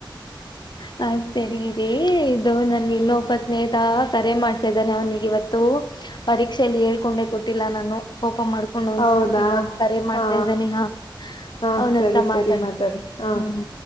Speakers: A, on the left; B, on the left.
A: ಹಾ ಹ ಸರಿ ಇರಿ ಇದು ನನ್ ಇನ್ನೊಬ್ಬ ಸ್ನೇಹಿತ ಕರೆ ಮಾಡಿ ಇದಾನೆ ಅವನಿಗೆ ಇವತ್ತು ಪರೀಕ್ಷೆಯಲ್ಲಿ ಹೇಳ್ಕೊಂಡೆ ಕೊಟ್ಟ- ಇಲ್ಲ ನಾನು ಕೋಪ ಮಾಡ್ಕೊಂಡು ಒಂದ
B: ಹೌದಾ
A: ಇವಾಗ ಕರೆ ಮಾಡ್ತಾ
B: ಹಾ
A: ಇದ್ದಾನೆ ಹಾ
B: ಹಾ
A: ಅವನತ್ರ
B: ಸರಿ
A: ಮಾತಾಡ್ರ್ತೇನೆ
B: ಸರಿ ಮಾತಾಡಿ ಹಾ
A: ಹ್ಮ್
B: ಹಾ